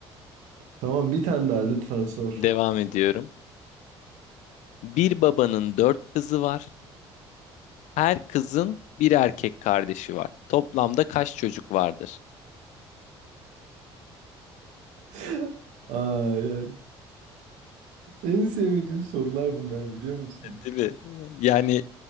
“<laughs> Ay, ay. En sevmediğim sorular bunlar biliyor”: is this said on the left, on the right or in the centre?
Right